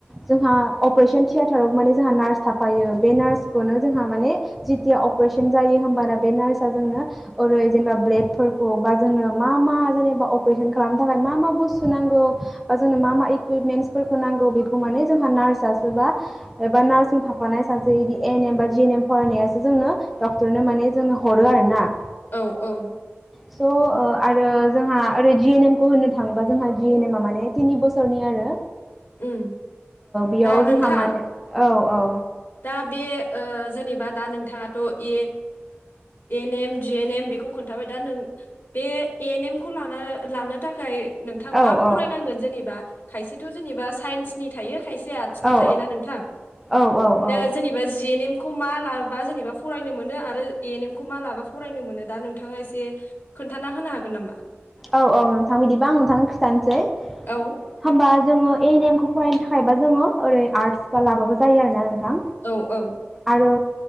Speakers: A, in the centre; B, on the left (about 55°).
A: जोंहा अपारेसन थियाेटाराव माने जोंहा नार्स थाफायो बे नार्सखौनो जोंहा माने जिथिया अपारेशन जायो होमबाना बे नार्सआ जोंनो ओरै जेनेबा ब्लेडफोरखौ बा जोंनो मा मा जेनेबा अपारेशन खालामनो थाखाय मा मा बुस्थु नांगौ बा जोंनो मा मा इकुइपमेन्टस फोरफोरखौ नांगौ बेखौ माने जोंहा नार्सआसोबा एबा नार्सजों थाफानाय सासे इदि एन एमबा जि एन एम फरायनाय जोंनो डक्टरनो माने जोंनो हरो आरो ना
B: औ औ
A: स' आरो जोंहा ओरै जि एन एम खौ होननो थाङोबा जोंहा जि एन एमा माने तिनि बोसोरनि आरो
B: उम
A: बेयाव
B: दा नोंथां
A: जोंहा माने औ औ
B: दा बे जेनेबा दा नोंथाङाथ' A N M G N M बेखौ खोन्थाबाय दा नों बे ए एन एम खौ ला लानो थाखाय नोंथां
A: औ
B: मा
A: औ
B: फरायनांगोन जेनेबा खायसेथ' जेनेबा साइन्सनि थायो थायसे आदसिनि
A: औ
B: थायोना नोंथां
A: औ औ
B: दा जेनेबा जि एन एम खौ मा लाबा जेनेबा फरायनो मोनो आरो ए एन एम खौ मा लाबा फरायनो मोनो दा नोंथाङा एसे खोन्थाना होनो हागोन नामा
A: औ औ नोंथां बिदिबा आं नोंथांनो खिथानोसै
B: औ
A: होमबा जोङो ए एन एम खौ फरायनो थाखायबा जोङो ओरै आर्टस बा लाबाबो जायो आरोना थां
B: औ औ
A: आरो